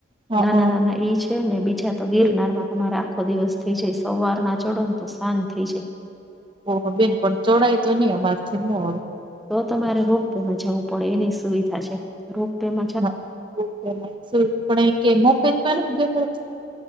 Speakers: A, on the right; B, in the centre.
A: હા
B: નાના
A: હા
B: નાના ઈ છે ને બીજા તો ગીરનાર
A: ઠીક
B: તમારે આખો દિવસ થઇ જાય સવાર ના ચડને તો સાજ થઈ જાય
A: ઓહો બેન! પણ ચડાય તો નહીં અમારથી નો અવે.
B: તો તમારે રોપ વેમાં જાવું પડે એની સુવિધા છે. રોપ વેમાં
A: ન <inaudible>